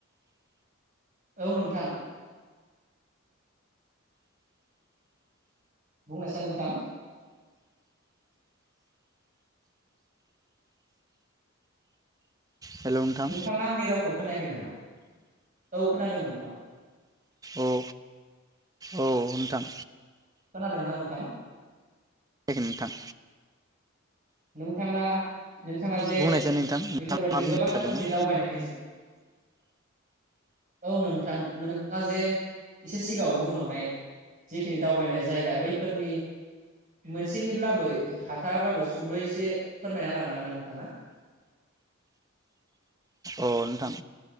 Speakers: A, on the right; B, on the right.
A: औ नोंथां बुंनोसै नोंथां
B: हेल' नोंथां
A: नोंथाङा आंनि रावखौ खोनायाखै नामा औ खोनादों नोंथां
B: औ औ नोंथां।
A: खोनादोंना नोंथां?
B: खोनायाखै नोंथां।
A: नोंथाङा नोंथाङा जे
B: बुंनायसाय नोंथां नोंथां
A: बेफोरबायदिनो
B: मा बुंनो
A: गोबां
B: सानदोंमोन
A: रोखोमनि दावबायनायनि औ नोंथां नोंथाङा जे एसे सिगाङाव बुंलांनाय जिखिनि दावबायनाय जायगा बैफोरनि मोनसेनिब्लाबो हाथाराब्लाबो सुंदुयै एसे फोरमायना होलांनो हागोनना नोंथाङा
B: अ नोंथां